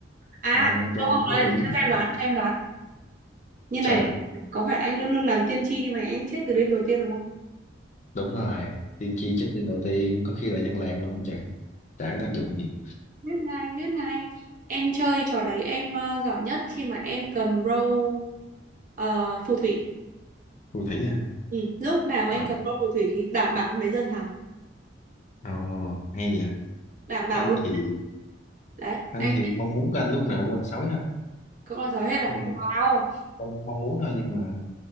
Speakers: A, on the right; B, on the left.
A: À,
B: không anh chơi
A: không
B: anh
A: không
B: cứ
A: đấy,
B: bị dính
A: cho em
B: vào
A: đoán, cho em đoán. Như
B: sao?
A: này, có phải anh luôn luôn làm tiên tri nhưng mà anh chết từ đêm đầu tiên đúng không?
B: Đúng rồi, tiên tri chết đêm đầu tiên, có khi là dân làng luôn không chừng. Chả có tác dụng gì.
A: Biết ngay, biết ngay. Em chơi trò đấy em ờ, giỏi nhất khi mà em cầm râu ờ, phù thủy.
B: Phù thủy hả?
A: Ừ. Lúc nào em
B: À.
A: cầm đôi phù thủy thì đảm bảo hôm đấy dân thắng
B: Ồ, hay vậy.
A: đảm bảo
B: Anh
A: luôn
B: thì
A: đấy
B: anh
A: anh
B: thì mong muốn của anh lúc nào cũng là sói thôi.
A: cũng là sói hết à
B: Thì
A: wow
B: mong mong muốn thôi nhưng mà